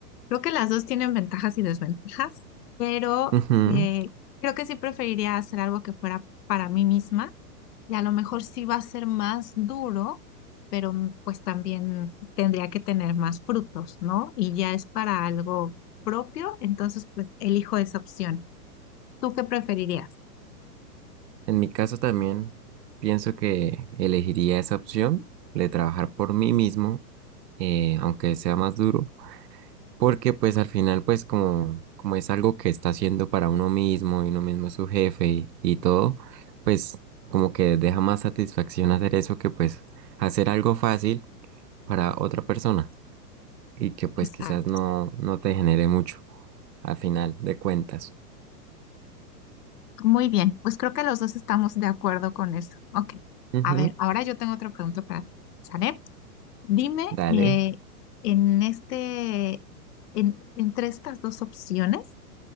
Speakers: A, on the left (about 70°); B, on the right (about 80°).
A: creo que las dos tienen ventajas y desventajas, pero
B: <laughs>
A: eh, creo que sí preferiría hacer algo que fuera para mí misma y a lo mejor sí va a ser más duro, pero mm, pues también tendría que tener más frutos, ¿no? Y ya es para algo propio, entonces pues elijo esa opción. ¿Tú qué preferirías?
B: En mi caso también pienso que elegiría esa opción de trabajar por mí mismo, eh, aunque sea más duro, porque pues al final pues como, como es algo que está haciendo para uno mismo y uno mismo es su jefe y, y todo, pues como que deja más satisfacción hacer eso que pues hacer algo fácil para otra persona y que pues
A: Exacto.
B: quizás no, no te genere mucho al final de cuentas.
A: Muy bien, pues creo que los dos estamos de acuerdo con eso. Ok,
B: Ujú,
A: a ver, ahora yo tengo otra pregunta para ti. ¿Sale? Dime,
B: dale.
A: eh, en este, en- entre estas dos opciones,